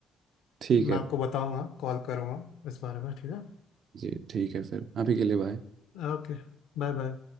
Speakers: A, on the right; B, on the left.
A: ठीक
B: मैं
A: है
B: आपको बताऊंगा कॉल करूंगा इस बारे में ठीक है
A: जी ठीक है फिर अभी के लिए बाय
B: Okay bye bye